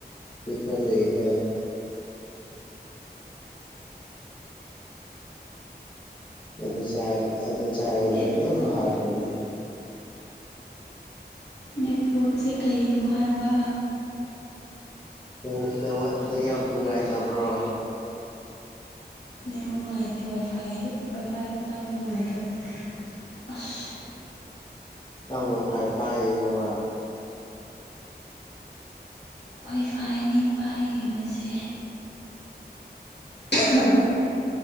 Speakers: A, on the left (about 25°); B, on the left (about 75°).
A: ꯈꯔ ꯂꯩꯌꯦꯗ ꯑꯗꯨ -ꯆꯥ-ꯑꯗꯨ ꯆꯥꯔꯗꯤ
B: ꯅꯦꯠꯋꯛ
A: ꯑꯗꯨꯝ ꯐꯈ꯭ꯔꯅꯤ
B: ꯅꯦꯠꯋꯛꯁꯦ ꯀꯩꯅꯣ ꯍꯥꯏꯕ
A: ꯅꯪ ꯅꯦꯋꯛ-ꯅꯦꯋꯛ ꯅꯨꯡꯉꯥꯏ ꯇꯕ꯭ꯔꯣ
B: ꯅꯦꯋꯥꯛ ꯅꯨꯡꯉꯥꯏꯇꯦ ꯋꯥꯏ ꯐꯥꯏ ꯋꯥꯏꯐꯥꯏꯗꯨ ꯄꯥꯏꯕ ꯅꯨꯡꯉꯥꯏꯇꯕ ꯑꯁ
A: ꯅꯪ ꯋꯥꯢ ꯐꯥꯏ ꯄꯥꯢꯔꯕ
B: ꯋꯥꯏꯐꯥꯏꯅꯦ ꯄꯥꯏꯔꯤꯕꯁꯦ <unintelligible>